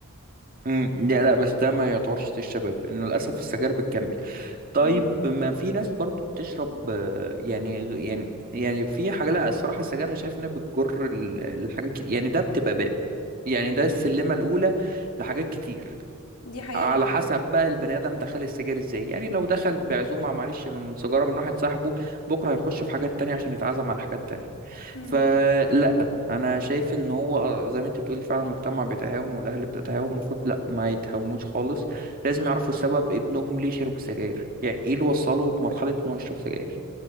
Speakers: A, on the right (about 40°); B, on the left (about 85°).
A: امم لا لا بس ده ما يعتبرش تيل الشباب انه للاسف السجاير بتكمل طيب
B: مم.
A: ما في ناس برضو بتشرب آه، يعني يعني يعني في حاجه لا الصراحه السجاير انا شايف انها بتجر ال- لحاجات كتير يعني ده بتبقى باب يعني
B: مم.
A: ده السلمه الاولى لحاجات كتير
B: دي حقيقه
A: على
B: فعلا
A: حسب بقى البني ادم دخل السجاير ازاي يعني لو دخل بعزومه معلش من سيجاره من واحد صاحبه بكره هيخش في حاجات تانية عشان يتعزم على حاجات تانية
B: مم.
A: فلا انا شايف ان هو زي ما انت بتقولي فعلا المجتمع بيتهاون والاهل بتتهاون المفروض لا ما يتهاونوش خالص لازم يعرفوا السبب ابنهم ليه شرب سجاير يعني ايه اللي وصله لمرحله انه يشرب سجاير